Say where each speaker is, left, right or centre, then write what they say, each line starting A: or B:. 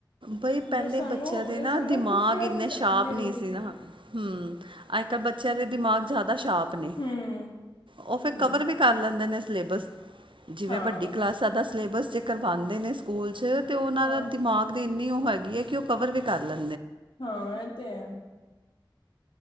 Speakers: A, on the right; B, on the left.
A: ਬਈ ਪਹਿਲੇ
B: ਜੋ ਸਾਨੂੰ
A: ਬੱਚਿਆਂ ਦੇ
B: ਜੋ
A: ਨਾ
B: ਸਾਨੂੰ
A: ਦਿਮਾਗ
B: ਫਿਫਥ ਕਲਾਸ
A: ਇੰਨੇ
B: ਵਿੱਚ ਆਂਦੀ
A: ਸ਼ਾਰਪ
B: ਹੁੰਦੀ
A: ਨਹੀਂ ਸੀ ਨਾ, ਹੂ ਅੱਜ ਕੱਲ ਬੱਚਿਆਂ ਦੇ ਦਿਮਾਗ ਜ਼ਿਆਦਾ ਸ਼ਾਰਪ ਨੇ,
B: ਹੂੰ,
A: ਉਹ ਫਿਰ
B: ਹੂੰ
A: ਕਵਰ ਵੀ ਕਰ ਲੈਂਦੇ ਨੇ ਸਿਲੇਬਸ। ਜਿਵੇਂ
B: ਹਾਂ,
A: ਵੱਡੀ ਕਲਾਸਾਂ ਦਾ ਸਿਲੇਬਸ ਜੇ ਕਰਵਾਉਂਦੇ ਨੇ ਸਕੂਲ ਚ, ਤੇ ਉਹਨਾਂ
B: ਹਾਂ,
A: ਦਾ ਦਿਮਾਗ ਇੰਨੀ ਉਹ ਹੈਗੀ ਹੈ, ਕਿ ਉਹ ਕਵਰ ਵੀ ਕਰ ਲ
B: ਹਾਂ ਇਹ ਤੇ ਹੈ